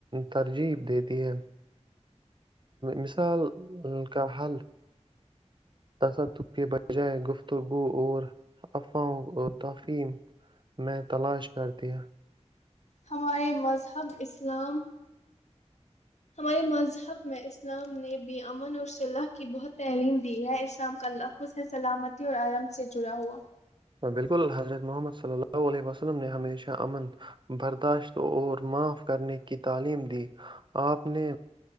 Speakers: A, on the right; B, on the left.
A: ترجیب دیتی ہے مثال کا حل تصدق کے بجائے گفتگو اور افواہ و تفیم میں تلاش کر دیا
B: ہمارے مذہب اسلام ہمارے مذہب میں اسلام نے بھی امن اور صلہ کی بہت تعلیم دی ہے اسلام کا لفظ ہے سلامتی اور آرم سے جڑا ہوا
A: بالکل حضرت محمد صلی اللہ علیہ وسلم نے ہمیشہ امن برداشت اور معاف کرنے کی تعلیم دی آپ نے